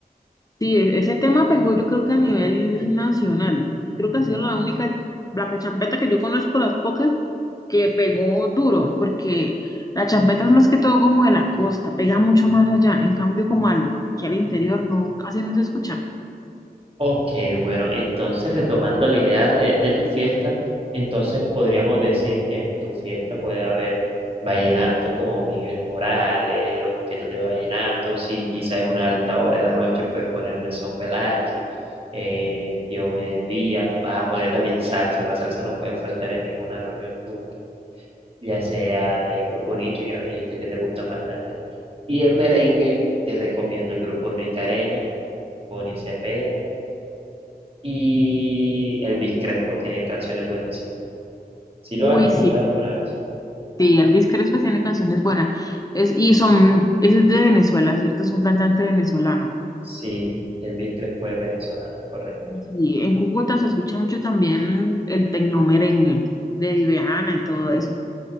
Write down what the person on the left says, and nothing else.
Sí, e- ese tema pegó yo creo que a nivel nacional. Creo que ha sido la única, la que champeta que yo conozco, las pocas, que pegó duro, porque la champeta es más que todo como de la costa, pega mucho más allá. En cambio, como al, aquí al interior, no, casi no se escucha.
Uy,
sí,
sí, Elvis Crespo tiene canciones buenas. Es, y son, ese es de Venezuela, ¿cierto? Es un cantante venezolano.
Sí, en Cúcuta se escucha mucho también el tecno merengue de Diveana y todo eso.